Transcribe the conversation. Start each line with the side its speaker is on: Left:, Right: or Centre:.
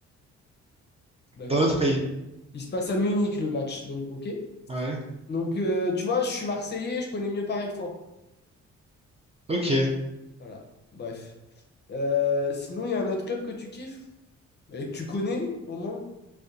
Left: D'accord.
Right: Dans notre pays.
Left: Il se passe à Munich le match, donc ok.
Right: Ouais.
Left: Donc, euh, tu vois, je suis Marseillais, je connais mieux Paris que toi.
Right: Ok.
Left: Voilà, bref. Euh, sinon, il y a un autre club que tu kiffes? Et que tu connais, au moins?